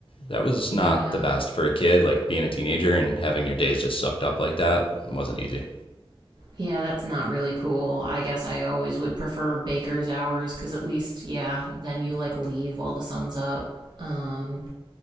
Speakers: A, on the left; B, on the right.
A: That was
B: Yeah.
A: not the best for a kid. Like being a teenager and having your days just sucked up like that wasn't easy.
B: Yeah, that's not really cool. I guess I always would prefer baker's hours because at least, yeah, then you like leave while the sun's up. Um,